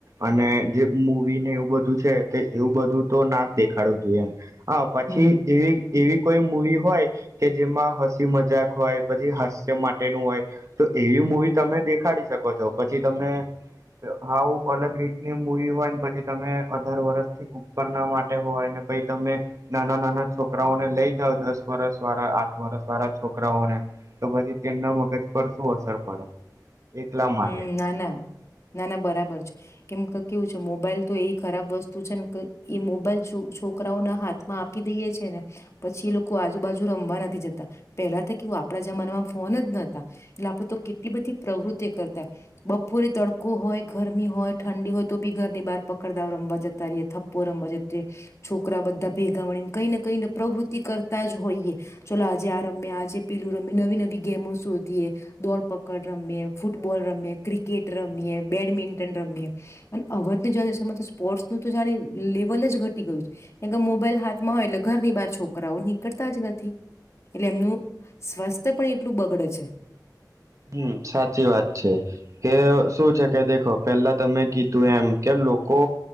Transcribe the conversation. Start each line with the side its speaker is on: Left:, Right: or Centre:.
Right: અને જે મૂવી ને એવું બધું છે તે એવું બધું તો ના જ દેખાડવું જોઈ એમ. હા પછી
Left: હમ
Right: એવી-એવી કોઈ મુવી હોય કે જેમાં હસી મજાક હોય, પછી હાસ્ય માટેનું હોય, તો એવી મુવી તમે દેખાડી શકો છો. પછી તમે અહ આવું અલગ રીતની મુવી હોય ને પછી તમે અઢાર વરસથી ઉપરના માટે હોય ને પહી તમે નાના-નાના છોકરાઓને લઈ જાવ, દસ વરસ વાળા, આઠ વરસ વાળા છોકરાઓને તો પછી તેમના મગજ પર શું અસર પડે એટલા માટે
Left: હમ્મ ના, ના. ના, ના બરાબર છે. કેમ કે કેવું છે મોબાઈલ તો એ ખરાબ વસ્તુ છે ને ક એ મોબાઈલ છો છુ છોકરાઓના હાથમાં આપી દઈએ છી છે ને પછી એ લોકો આજુબાજુ રમવા નથી જતા. પેલા તો કેવું આપડા જમાનામાં ફોન જ નતા. એટલે આપડે તો કેટલી બધી પ્રવૃત્તિ કરતા, બપોરે તડકો હોય, ઘરમી હોય, ઠંડી હોય તો બી ઘરની બહાર પકડ દાલ રમવા જતા રયે, થપ્પો રમવા જતે, છોકરા બધા ભેગા મળીને કઈ ને કઈ ને પ્રવૃત્તિ કરતા જ હોઈએ, ચલો આજે આ રમીએ, આજે પેલું રમીએ, નવી-નવી ગેમો શોધીએ. દોડપકડ રમીએ, ફૂટબોલ રમીએ, ક્રિકેટ રમીએ, બેડમિન્ટન રમીએ, અને <unintelligible> તો સ્પોર્ટ્સ નું તો જાણે લેવલ જ ઘટી ગયું છે, કેમ કે મોબાઈલ હાથમાં હોય એટલે ઘરની બાર છોકરાઓ નીકળતા જ નથી, એટલે એમનું સ્વાસ્થ્ય પણ એટલું બગડે છે.
Right: હમ્મ સાચી વાત છે. કે શું છે કે દેખો પેલા તમે કીધું એમ કે લોકો